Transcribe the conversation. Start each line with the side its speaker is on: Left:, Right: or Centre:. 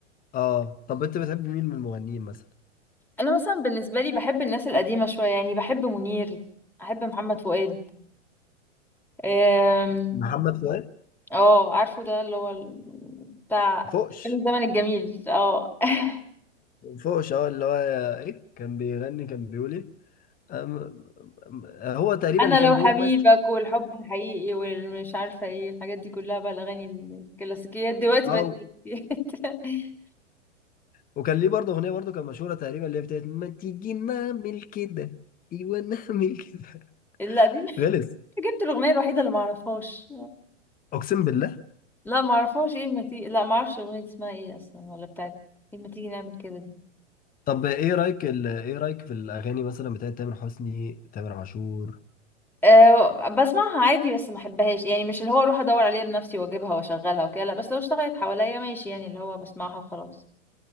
Left: اه طب انت بتحب مين من المغنيين مثلا
Centre: انا مثلا بالنسبه لي بحب الناس القديمه شويه يعني بحب منير احب محمد فؤاد أم،
Left: محمد فؤاد
Centre: اه عارفه ده اللي هو ال- بتاع
Left: فوقش
Centre: أيام الزمن الجميل اه <laughs>
Left: فوش اه اللي هو ايه كان بيغني كان بيقول ايه أم... أم- هو تقريبا
Centre: انا
Left: اللي كان
Centre: لو
Left: بيقول
Centre: حبيبك
Left: ما
Centre: والحب الحقيقي والمش عارفه ايه الحاجات دي كلها بقى الاغاني الكلاسيكيات دلوقتي
Left: اه
Centre: بقت كلاسيكيات <laughs>
Left: وكان ليه برضه اغنيه برضه كان مشهوره تقريبا اللي هي بتاعت ما تيجي نعمل كده ايوه نعمل كده
Centre: لا دي
Left: غلس
Centre: جبت الاغنيه الوحيده اللي ما اعرفهاش
Left: اقسم بالله
Centre: لا معرفهاش ايه ما تيجي لا معرفش الاغنيه دي اسمها ايه اصلا ولا بتاعت ايه ما تيجي نعمل كده دي
Left: طب ايه رايك ال... ايه رايك في الاغاني مثلا بتاعت تامر حسني تامر عاشور
Centre: أه بسمعها عادي بس ما احبهاش يعني مش اللي هو اروح ادور عليها بنفسي واجيبها واشغلها وكده لا بس لو اشتغلت حواليا ماشي يعني اللي هو بسمعها وخلاص